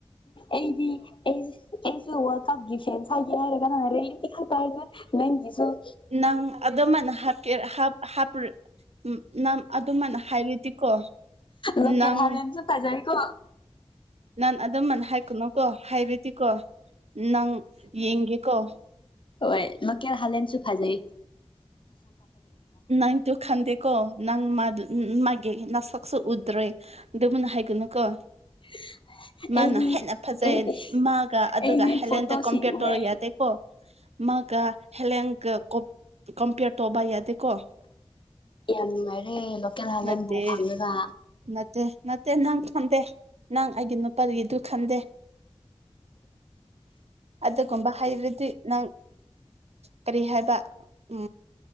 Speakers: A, on the left; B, on the right.
A: ꯑꯩꯗꯤꯁꯤ ꯋꯥꯔ ꯀꯄ ꯍꯥꯏꯦ ꯌꯥꯔꯦ ꯀ ꯔꯔꯤ ꯈ ꯇ ꯍꯥꯏꯗꯅ ꯅꯟꯖꯁꯨꯨ
B: ꯅꯪ ꯑꯗ ꯃꯅ ꯍꯥꯞꯀꯦꯔ ꯍꯥ ꯍꯥꯄ꯭ꯔ ꯅꯪ ꯑꯗꯨꯃꯥꯏꯅ ꯍꯥꯏꯔꯗꯤꯀꯣ
A: ꯂꯀꯦꯦꯜ
B: ꯅꯪ
A: ꯍꯂꯅꯁꯨ ꯀꯖꯔꯤꯀꯣ
B: ꯅꯪ ꯑꯗꯨꯃꯥꯏꯅ ꯍꯥꯏꯒꯅꯨꯀꯣ ꯍꯥꯏꯔꯗꯤꯀꯣ ꯅꯪ ꯌꯦꯡꯒꯦꯀꯣ
A: ꯍꯣꯏ ꯂꯀꯦꯜ ꯍꯥꯂꯦꯅꯁꯨ ꯐꯥꯖꯩ
B: ꯎ ꯅꯪꯗꯨ ꯈꯥꯟꯗꯦꯀꯣ ꯅꯪ ꯃꯥ ꯃꯥꯒꯦ ꯅ ꯁ ꯁꯨ ꯎꯗ꯭ꯔꯦ ꯑꯗꯨꯕꯨꯟꯅ ꯍꯥꯏꯒꯅꯨ ꯀꯣ
A: <unintelligible>
B: ꯃꯥꯅ
A: ꯑꯩꯗꯤ
B: ꯍꯦꯟꯅ ꯐꯖꯩ
A: ꯑꯩꯗꯤ
B: ꯃꯥꯒ ꯑꯗꯨꯒ
A: ꯑꯩꯗꯤ
B: ꯍꯦꯂꯦꯟꯗ
A: ꯐꯣꯇꯣꯁꯤꯡ
B: ꯀꯝꯄꯤꯌꯔ
A: ꯎꯑꯦ
B: ꯇꯧꯔ ꯌꯥꯗꯦꯀꯣ ꯃꯥꯒ ꯍꯂꯡꯒ ꯀꯝꯄꯤꯌꯔ ꯇꯧꯧꯕ ꯌꯥꯗꯦꯀꯣ
A: ꯌꯥꯝ ꯅꯨꯡꯉꯥꯏꯔꯦ ꯂꯣꯀꯦꯜ ꯍꯥꯜꯂꯦꯟꯕ
B: ꯅꯠꯇꯦ
A: ꯐꯪꯂꯒ
B: ꯅꯠꯇꯦ ꯅꯠꯇꯦ ꯅꯪ ꯈꯪꯗꯦ ꯅꯪ ꯑꯩꯒꯤ ꯅꯨꯄꯥꯒꯤꯗꯨ ꯈꯟꯗꯦ ꯑꯗꯨꯒꯨꯝꯕ ꯍꯥꯏꯩꯔꯗꯤ ꯅꯪ ꯀꯔꯤ ꯍꯥꯏꯕ ꯎ